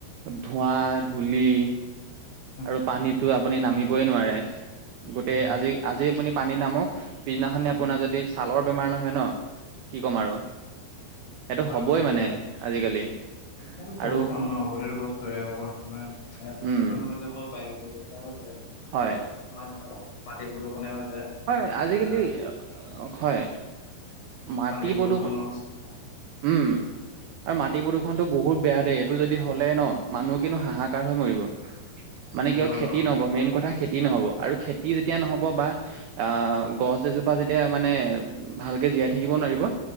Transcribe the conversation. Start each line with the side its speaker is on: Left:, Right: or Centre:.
Right: ধোঁৱা, ধূলি।
Left: উম,
Right: আৰু পানীতটো আপুনি নামিবই নোৱাৰে গোটেই
Left: হয়,
Right: আজি আজি আপুনি পানীত নামক পিছদিনাখনি আপোনাৰ
Left: উম,
Right: যদি ছালৰ বেমাৰ নহয় ন কি ক'ম
Left: উম,
Right: আৰু, এইটো
Left: হয়
Right: হবই
Left: বাৰু সেইটো,
Right: মানে আজিকালি।
Left: সেইটো বৰষুণ
Right: আৰু
Left: ন। প্ৰতিটো বস্তুৱে ওপৰত মানে, এ- এনেকুৱা
Right: উম
Left: নহয় যে অকল পাই গৈছে। এ,
Right: হয়
Left: বা মাটিৰ অ' মাটিৰ প্ৰদূষণে হৈছে
Right: হয়, আজিকালি
Left: আহ
Right: হয়, মাটি
Left: পানী প্ৰদূষণো
Right: প্ৰদূষণ
Left: <inaudible>
Right: উম আৰু মাটি প্ৰদূষণটো বহুত বেয়া দেই, এইটো যদি হ'লে ন' মানুহ কিন্তু হাহাকাৰ হৈ মৰিব।
Left: <inaudible>
Right: মানে কিয়,
Left: হয়
Right: খেতি
Left: বাৰু,
Right: নহ'ব। মেইন কথা খেতি নহ'ব আৰু খেতি যেতিয়া নহ'ব বা আহ, গছ এজোপা যেতিয়া মানে ভালকে জীয়াই থাকিব নোৱাৰিব